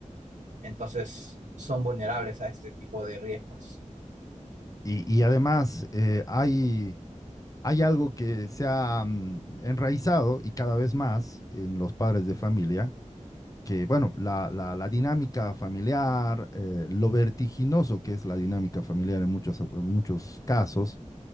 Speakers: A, on the right; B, on the left.
A: Entonces, son vulnerables a este tipo de riesgos.
B: Y, y además eh, hay, hay algo que se ha mm, enraizado y cada vez más en los padres de familia, que bueno, la, la- la dinámica familiar, eh, lo vertiginoso que es la dinámica familiar en muchos, en muchos casos,